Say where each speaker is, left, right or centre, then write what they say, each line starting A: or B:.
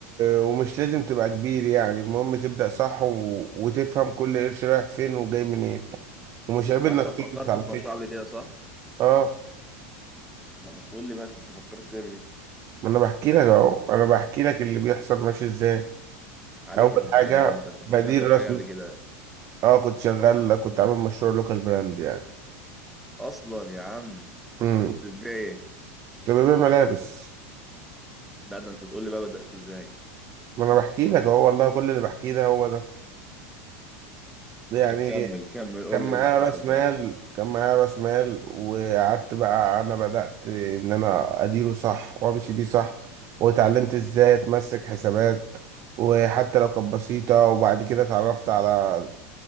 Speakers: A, on the right; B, in the centre.
A: ومش لازم تبقى كبير يعني المهم تبدا صح و... وتفهم كل قرش رايح فين وجاي منين ومش عيب
B: وانت
A: انك تغلط
B: فكرت
A: على
B: في
A: فكره
B: مشروع قبل كده صح
A: اه
B: لما تقول لي بقى انت فكرت تعمل ايه
A: ما انا بحكي لك اهو انا بحكي لك اللي بيحصل ماشي ازاي
B: عليك
A: اول
B: انت
A: حاجه
B: عليك انت انت فكرت
A: بديل
B: في
A: راس
B: حاجه قبل كده
A: اه كنت شغال كنت عامل مشروع لوكال براند يعني
B: اصلا يا عم
A: امم
B: انت كنت بتبيع ايه
A: كنت ببيع ملابس
B: لا ده انت تقول لي بقى بدأته ازاي
A: ما انا بحكي لك اهو والله كل اللي بحكيه ده هو ده ده يعني
B: طب كمل كمل قول
A: كان معايا
B: لي اللي حصل
A: راس مال
B: بقى
A: كان معايا راس مال وقعدت بقى انا بدأت ان انا اديره صح وامشي بيه صح واتعلمت ازاي اتمسك حسابات وحتى لو كانت بسيطة وبعد كده اتعرفت على